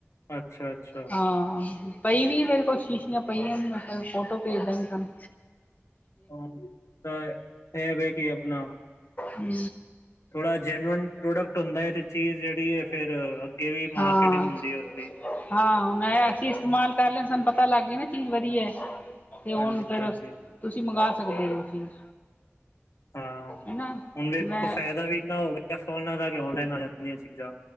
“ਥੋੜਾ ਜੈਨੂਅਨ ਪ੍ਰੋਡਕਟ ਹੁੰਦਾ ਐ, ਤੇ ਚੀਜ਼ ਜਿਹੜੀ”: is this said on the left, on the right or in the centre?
Left